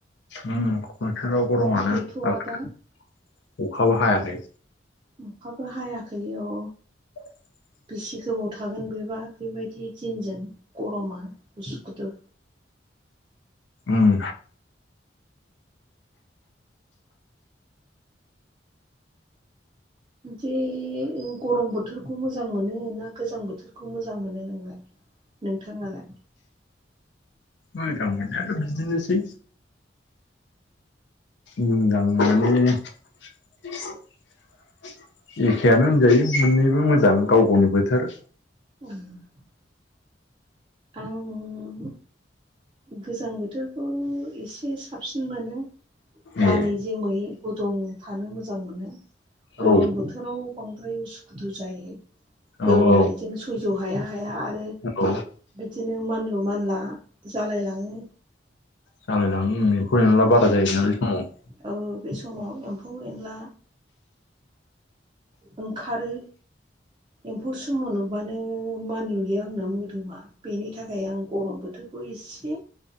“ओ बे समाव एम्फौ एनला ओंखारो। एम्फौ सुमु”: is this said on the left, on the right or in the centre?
Right